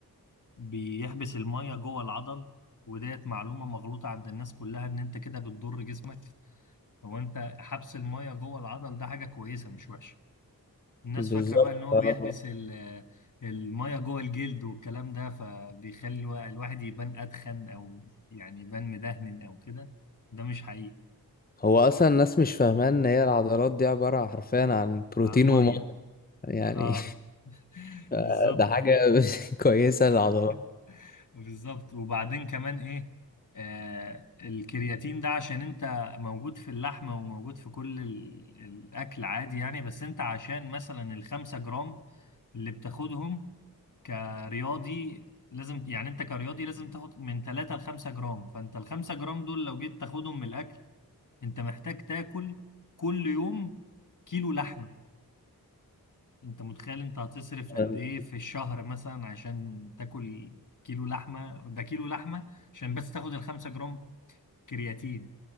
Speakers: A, on the left (about 55°); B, on the left (about 25°).
A: بيحبس المية جوه العضل وديت معلومة مغلوطة عند الناس كلها إن أنت كده بتضر جسمك هو أنت حبس المية جوه العضل ده حاجة كويسة مش وحشة الناس
B: بالظبط
A: فاكرة بقى إن هو
B: آه.
A: بيحبس ال... المية جوه الجلد والكلام ده فبيخلي الوا- الواحد يبان أدخن أو يعني يبان مدهن أو كده ده مش حقيقي
B: هو أصلا الناس مش فاهمة إن هي العضلات دي عبارة حرفيا عن بروتين
A: عن مية
B: وميه يعني
A: اه <laughs>
B: <laughs>
A: بالظبط
B: ده حاجة <laughs> كويسة للعضلات
A: <laughs> بالظبط وبعدين كمان ايه آه الكرياتين ده عشان انت موجود في اللحمة وموجود في كل ال- الاكل عادي يعني بس انت عشان مثلا الخمسة جرام اللي بتاخدهم كرياضي لازم يعني انت كرياضي لازم تاخد من 3 ل 5 جرام فانت ال 5 جرام دول لو جيت تاخدهم من الاكل انت محتاج تاكل كل يوم كيلو لحمة انت متخيل انت هتصرف قد
B: أم-
A: ايه في الشهر مثلا عشان تاكل كيلو لحمه ده كيلو لحمه عشان بس تاخد الخمسة جرام كرياتين